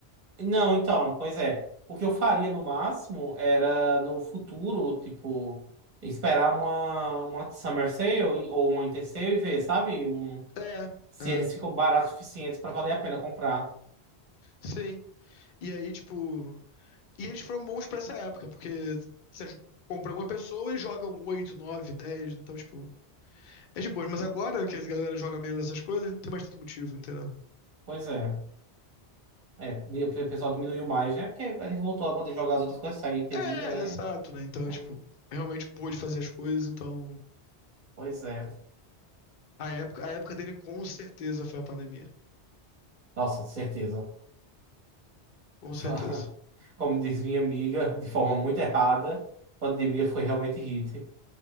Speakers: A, on the right; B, on the left.
A: Não, então, pois é. O que eu faria no máximo era no futuro, tipo, esperar uma, uma Summer Sale e- ou uma Winter Sale e ver, sabe? Um-
B: É,
A: se
B: é,
A: eles ficam baratos o suficientes para valer a pena comprar.
B: sim. E aí, tipo. E eles foram bons pra essa época, porque você compra uma pessoa e joga um 8 9 dez então, tipo. É de boas, mas agora que a galera joga menos essas coisas, não tem mais tanto motivo, entendeu?
A: Pois é. É, e o pessoal diminuiu mais, né? Porque a gente voltou a poder jogar as outras coisas, sair e ter
B: É,
A: vida, né?
B: exato, né? Então,
A: Hum,
B: tipo, realmente pôde fazer as coisas, então.
A: Pois é.
B: A época, a época dele com certeza foi a pandemia.
A: Nossa, certeza.
B: Com
A: <laughs>
B: certeza.
A: Como diz minha amiga, de forma muito errada, a pandemia foi realmente hit.